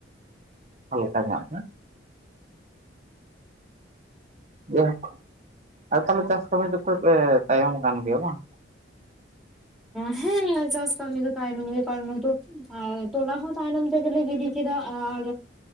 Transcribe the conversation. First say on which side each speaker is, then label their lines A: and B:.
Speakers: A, on the right; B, in the centre.
A: ᱦᱟᱞᱠᱟ ᱧᱚᱜ ᱜᱮ᱾ ᱡᱟᱭᱦᱳᱠ ᱟᱨ ᱛᱟᱦᱞᱮ ᱪᱟᱥ ᱠᱟᱹᱢᱤ ᱫᱚᱯᱮ ᱮ ᱛᱟᱭᱚᱢ ᱠᱟᱱ ᱜᱮᱭᱟ ᱵᱟᱝ?
B: ᱦᱮᱸ ᱪᱟᱥ ᱠᱟᱹᱢᱤ ᱠᱚ ᱛᱟᱭᱱᱚᱢ ᱜᱮ ᱠᱟᱨᱚᱱ ᱱᱤᱫᱚ ᱟᱨ ᱛᱚᱞᱟ ᱦᱚᱸ ᱛᱟᱭᱱᱚᱢ ᱛᱮᱜᱮᱞᱮ ᱜᱤᱰᱤ ᱠᱮᱫᱟ ᱟᱨ